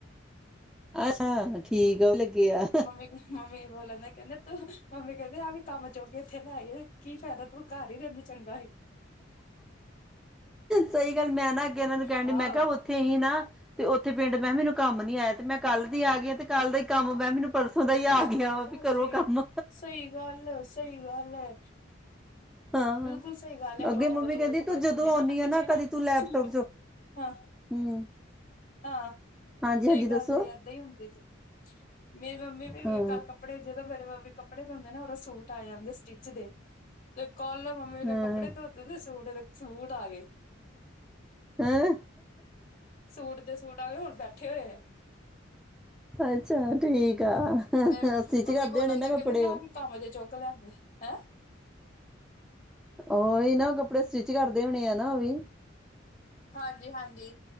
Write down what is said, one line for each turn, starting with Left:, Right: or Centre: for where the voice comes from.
Centre: ਅੱਛਾ ਠੀਕ ਆ। ਲੱਗੇ ਆ
Left: ਮੰਮੀ ਮੰਮੀ ਬੋਲਣ ਦਾ ਕਹਿੰਦੇ ਤੂੰ ਮੰਮੀ ਕਹਿੰਦੇ ਆਹ ਵੀ ਕੰਮ ਚੁੱਕੇ ਇੱਥੇ ਲੈਏ ਕੀ ਫਾਇਦਾ ਤੂੰ ਘਰ ਹੀ ਰਹਿੰਦੇ ਚੰਗਾ ਸੀ।
Centre: ਸਹੀ ਗੱਲ ਮੈਂ ਨਾ ਅੱਗੇ ਇਹਨਾਂ ਨੂੰ ਕਹਿਣ
Left: ਆਹੋ
Centre: ਡੀ ਮੈਂ ਕਿਹਾ ਉੱਥੇ ਹੀ ਨਾ ਤੇ ਉੱਥੇ ਪਿੰਡ ਮੈਂ ਮੈਨੂੰ ਕੰਮ ਨਹੀਂ ਆਇਆ ਤੇ ਮੈਂ ਕੱਲ ਦੀ ਆ ਗਈ ਤੇ ਕੱਲ ਦਾ ਹੀ ਕੰਮ ਮੈਂ ਮੈਨੂੰ ਪਰਸੋਂ ਦਾ ਹੀ ਆ
Left: ਸਹੀ
Centre: ਗਿਆ ਵਾ
Left: ਗੱਲ
Centre: ਵੀ ਕਰੋ
Left: ਜੀ
Centre: ਕੰਮ
Left: ਸਹੀ ਗੱਲ ਸਹੀ ਗੱਲ ਹੈ।
Centre: ਹਾਂ ਹਾਂ
Left: ਬਿਲਕੁਲ ਸਹੀ ਗੱਲ ਹੈ
Centre: ਅੱਗੇ
Left: ਅ
Centre: ਮੰਮੀ ਕਹਿੰਦੀ
Left: ਕੱਪੜੇ
Centre: ਤੂੰ ਜਦੋਂ
Left: ਧੋਂਦੇ ਅੱਗੇ
Centre: ਆਉਣੀ ਆ
Left: ਪਿੱਛੇ ਨਾ
Centre: ਕਦੀ ਤੂੰ
Left: ਸੂਟ
Centre: ਲੈਪਟਾਪ ਚੋਂ
Left: ਹਾਂ
Centre: ਹੂੰ
Left: ਹਾਂ
Centre: ਹਾਂਜੀ
Left: ਸਹੀ
Centre: ਹਾਂਜੀ
Left: ਗੱਲ
Centre: ਦੱਸੋ
Left: ਜੇ ਏਦਾਂ ਹੀ ਹੁੰਦੀ ਜੀ। ਮੇਰੀ ਮੰਮੀ ਵੀ
Centre: ਹਾਂ
Left: ਕੱਲ ਕੱਪੜੇ ਜਦੋਂ ਮੇਰੇ ਮੰਮੀ ਕੱਪੜੇ ਧੋਂਦੇ ਨਾ ਉਹਦਾ ਸੂਟ ਆਇਆ ਉਹਦੇ ਸਟਿਚ ਦੇ ਕਲ ਮੰਮੀ ਨੇ
Centre: ਹਾਂ
Left: ਕੱਪੜੇ ਧੋਤੇ ਤੇ ਸੂਟ ਇਹਦੇ ਸੂਟ ਆ ਗਏ।
Centre: ਹੈਂ।
Left: ਸੂਟ ਦੇ ਸੂਟ ਆ ਗਏ ਹੁਣ ਬੈਠੇ ਹੋਏ ਐ।
Centre: ਅੱਛਾ। ਠੀਕ ਆ
Left: ਮੈਂ
Centre: ਸਟਿਚ
Left: ਮੰਮੀ
Centre: ਕਰਦੇ
Left: ਬੋਲਣ
Centre: ਹੋਣੇ ਨਾ
Left: ਦਾ
Centre: ਕੱਪੜੇ
Left: ਕਹਿੰਦਾ ਕਿ ਆਹ
Centre: ਉਹ
Left: ਕੀ ਕੰਮ ਦੇ ਚੁੱਕ ਲਿਆਦੇ। ਹੈਂ।
Centre: ਉਹੀ ਨਾ ਕੱਪੜੇ ਸਟਿਚ ਕਰਦੇ ਹੋਣੇ ਆ ਨਾ ਉਹ ਵੀ।
Left: ਹਾਂਜੀ ਹਾਂਜੀ